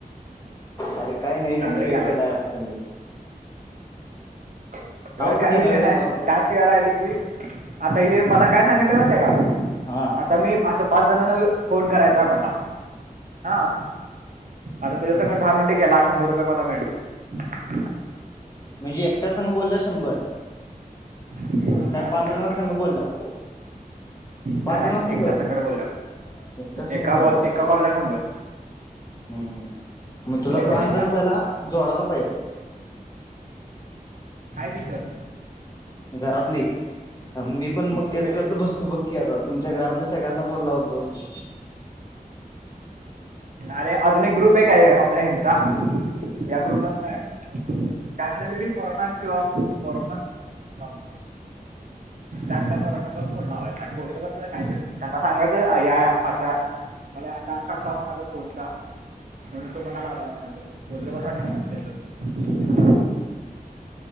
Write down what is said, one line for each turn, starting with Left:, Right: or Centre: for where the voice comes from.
Left: अरे काय नाही
Right: चांगला
Left: ते खेळ
Right: केलास
Left: केलाय
Right: की
Left: ॲप संग. <inaudible>
Right: खर
Left: पण
Right: काय
Left: वेगळं
Right: विषय
Left: देणार
Right: नाही
Left: होतो
Right: टास्क यायल की, आता हे मला काय सांगितलं माहितीय आहे का,
Left: हा
Right: आता मी असं पाच जणांना फोन करायचा आहे मला. हा आता तू दहा मिनटे गला शंभर रुपये मला मिळतात.
Left: म्हणजे एकट्या संग बोलल्या वर शंभर.
Right: हा
Left: काय
Right: दहा
Left: पाच
Right: मिनिटं
Left: जणां
Right: बोललो
Left: संघ बोल्या व पाच
Right: नाही नाही
Left: जण संघ
Right: एकटा
Left: एकट्या
Right: संगट बोललो
Left: संग
Right: एका
Left: मिळनार.
Right: बॉल एका कॉलला शंभर
Left: हम्म हम् मग तुला
Right: परवडत
Left: पाच
Right: नाही
Left: जण पहिला जोडाला पाहित.
Right: कायती सर
Left: घरातली मी पण मग
Right: होय
Left: तेच करत बसतो बघकीी आता तुमच्या घरातले सगळ्यांना फोन लावत बसतो.
Right: अरे अजून एक ग्रुप एक आहे हचा या ग्रुप त्याल्या घरी परणार किंवानाव न त्यातलाना मोडला बोस काही त्यांना सांगच या अशा मला आ करता म्हण आ फोन का म्हणून तो म्हणा लावला म्हणायच बोल तर बसत नाहीच्या